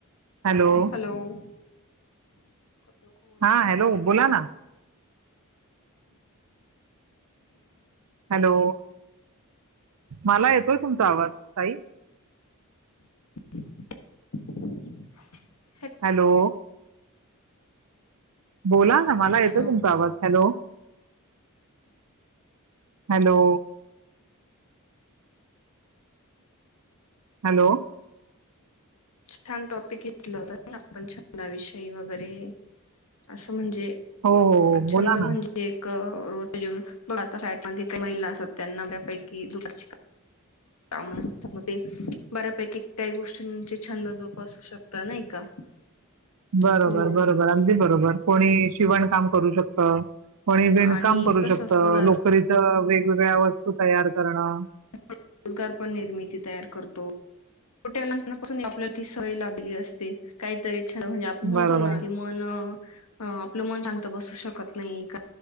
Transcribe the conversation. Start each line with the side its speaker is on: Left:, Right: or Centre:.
Right: हॅलो!
Left: हॅलो कट नको होऊ
Right: हा,
Left: यार
Right: हॅलो!
Left: फोन.
Right: बोला ना. हॅलो! मला येतोय तुमचा आवाज ताई.
Left: <unintelligible>
Right: हॅलो! बोला ना, मला
Left: हॅलो
Right: येतोय तुमचा आवाज हॅलो! हॅलो! हॅलो!
Left: छान! टॉपिक घेतला होता ना, आपण छंद विषय वगैरे असं म्हणजे
Right: हो हो
Left: छंद
Right: बोला
Left: म्हणजे
Right: ना
Left: रोज घेऊ आता फ्लॅट मध्ये महिला असतात त्यांना बऱ्यापैकी दुपारची काम नसतात, म ते बऱ्यापैकी काही गोष्टींची छंद जोपासू शकता नाही का?
Right: बरोबर
Left: हो
Right: बरोबर
Left: हो
Right: अगदी बरोबर कोणी शिवण काम करू शकत. कोणी विणकाम
Left: आणि
Right: करू
Left: कसं
Right: शकत,
Left: असतं
Right: लोकरीच वेगवेगळ्या वस्तू तयार करणं
Left: रोजगार पण निर्मिती तयार करतो? लहानपणापासून आपल्याला तीच सवय लागली असते, काहीतरी अच्छा! म्हणजे आपण म्हणतो
Right: बरोबर
Left: ना, कि मन अ आपलं मन शांत बसू शकत नाही.